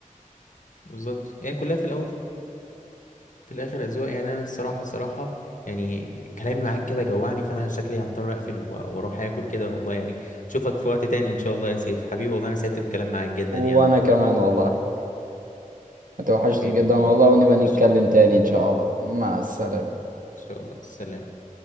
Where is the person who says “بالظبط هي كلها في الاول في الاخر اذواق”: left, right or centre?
Left